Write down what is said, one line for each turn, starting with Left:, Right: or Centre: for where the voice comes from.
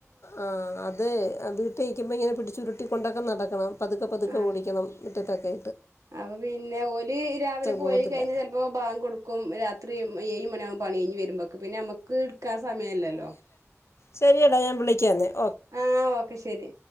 Left: ആ അതെ വീട്ടിക്കുമ്പോ ഇങ്ങനെ പിടിച്ചുരുട്ടി കൊണ്ടൊക്കെ നടക്കണം പതുക്കെ പതുക്കെ
Right: ആ
Left: ഓടിക്കണം മിറ്റതൊക്കെ
Right: അപ്പൊ പിന്നെ ഒല് രാവിലെ പോയി
Left: പോകത്തില്ല
Right: കഴിഞ്ഞൽ ചിലപ്പോ ഭാഗ്‌ കൊടുക്കും രാത്രി ഏഴു മണിയാവും പണിഴഞ്ഞ് വരുമ്പോക്ക് പിന്നെ നമ്മക്ക് എടക്കാൻ സമയല്ലല്ലോ
Left: ശരിയടാ ഞാൻ വിളിക്കന്ന
Right: ആ ഓക്കെ ശെരി